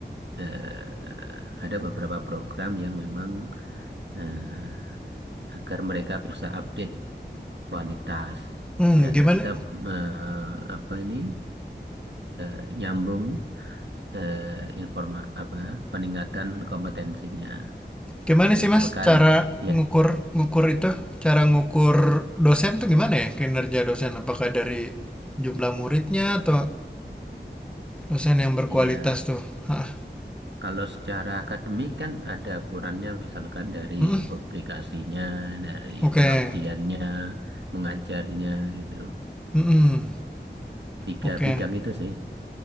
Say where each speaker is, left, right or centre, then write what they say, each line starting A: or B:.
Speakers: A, on the right; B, in the centre.
A: eh, ada beberapa program yang memang eh, agar mereka bisa update kualitas
B: Hmm,
A: dan
B: gimana
A: tetap eh, apa ini eh, nyambung eh, informa apa peningkatan kompetensinya.
B: Gimana
A: Misalkan
B: sih Mas cara
A: ya
B: ngukur ngukur itu? Cara ngukur dosen tuh gimana ya kinerja dosen? Apakah dari jumlah muridnya atau dosen yang berkualitas
A: ya
B: tuh? Hah.
A: kalau secara akademik kan ada ukurannya misalkan dari
B: Mm-mm.
A: publikasinya, dari
B: Oke.
A: pengabdiannya, mengajarnya gitu.
B: Mm-mm.
A: Tiga
B: Oke.
A: bidang itu sih.